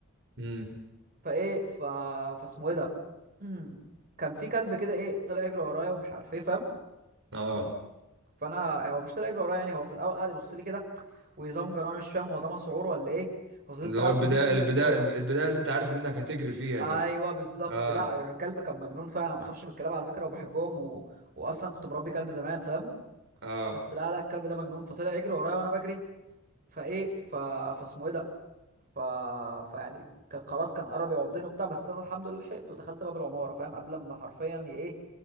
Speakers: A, on the right; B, on the right.
A: امم
B: فايه ف فاسمه ايه ده مم. كان في كلب كده ايه طلع يجري ورايا ومش عارف ايه فاهم
A: اه
B: فانا هو مش طلع يجري ورايا يعني هو في الاول قعد يبص لي كده ويزمجر وانا مش فاهم هو ده مسعور ولا ايه ففضلت
A: اللي
B: قاعد
A: هو البداية
B: باصص له
A: البداية
B: هو باصص
A: البداية اللي انت عارف انك هتجري فيها
B: ايوه
A: دي
B: بالظبط
A: اه
B: لا الكلب كان مجنون فعلا انا ما بخافش من الكلاب على فكره وبحبهم و... واصلا كنت مربي كلب زمان فاهم
A: اه
B: بس لا لا الكلب ده مجنون فطلع يجري ورايا وانا بجري فايه ف... فاسمه ايه ده ف... فيعني كان خلاص كان قرب يعضني وبتاع بس انا الحمد لله لحقته ودخلت باب العماره فاهم قبل ما حرفيا ي- ايه